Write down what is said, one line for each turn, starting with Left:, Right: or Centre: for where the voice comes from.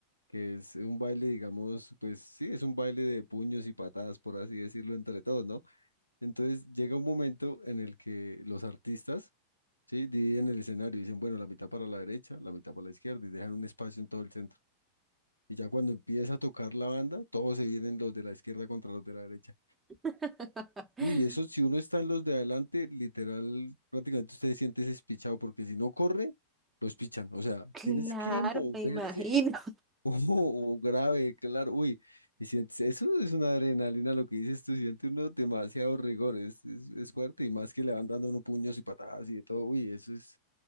Left: que es un baile, digamos, pues sí, es un baile de puños y patadas, por así decirlo, entre todos, ¿no? Entonces llega un momento en el que los artistas Sí, dividen el escenario, dicen, bueno, la mitad para la derecha, la mitad para la izquierda y dejan un espacio en todo el centro. Y ya cuando empieza a tocar la banda, todos se vienen los de la izquierda contra los de la derecha.
Right: <laughs>
Left: Uy, eso si uno está en los de adelante, literal, prácticamente usted se siente despichado porque si no corre, los pichan. O sea,
Right: Claro,
Left: tienes que moverse
Right: me imagino.
Left: <laughs> o, o grave, claro. Uy, y sientes, eso es una adrenalina lo que dices tú, siente uno demasiado rigor, es, es, es fuerte y más que le van dando unos puños y patadas y de todo. Uy, eso es